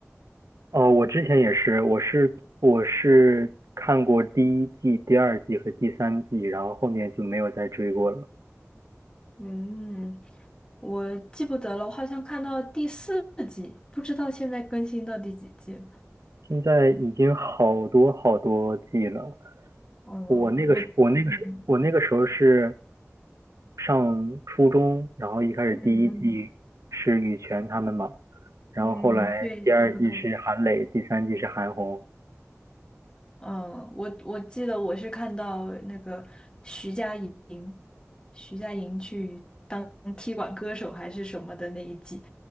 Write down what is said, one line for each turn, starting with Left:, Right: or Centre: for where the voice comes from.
Right: 哦，我之前也是，我是我是看过第一季、第二季和第三季，然后后面就没有再追过了。
Left: 嗯，我记不得了，我好像看到第四季，不知道现在更新到第几季了
Right: 现在已经好多好多季了。
Left: 嗯，
Right: 我那个时，
Left: 我嗯
Right: 我那个时，我那个时候是上初中，然后一开始第一季是羽泉他们嘛，
Left: 嗯嗯
Right: 然后后来第二季是韩磊，
Left: 嗯，对，差不多。
Right: 第三季是韩红。
Left: 嗯，我我记得我是看到那个徐佳莹，徐佳莹去当踢馆歌手还是什么的那一季，